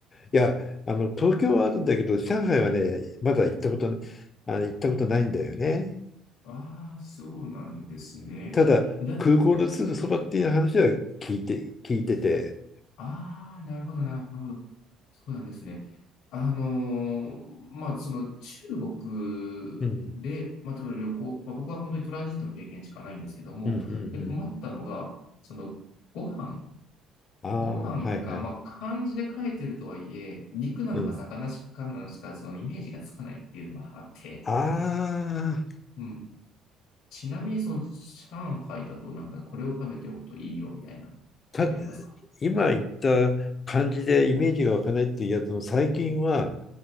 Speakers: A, on the left; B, on the left.
A: いや、あの、東京はあるんだけど、上海はね、まだ行ったこと、あの、行ったことないんだよね。
B: ああー、そうなんですね。
A: ただ、
B: だ、
A: 空港のすぐそばっていう話は聞いて、聞いてて、
B: ああ、なるほど、なるほど。そうなんですね。あのーまあ、その中国で、
A: うん。
B: まあ、例えば旅行、まあ、僕は本当にトランジットの経験しかないんですけども、
A: うんうんうん
B: で、困ったのが、その、ご飯
A: ああ、
B: ご飯が、
A: はいはい。
B: まあ、漢字で書いてるとはいえ、肉なのか魚かなのか、
A: うん。
B: そのイメージがつかないっていうのがあって、
A: ああ、
B: うん。ちなみに、その、上海だとなんか、これを食べておくといいよ、みたいな料理ありますか
A: た、今言った感じでイメージが湧かないっていうやつも、最近は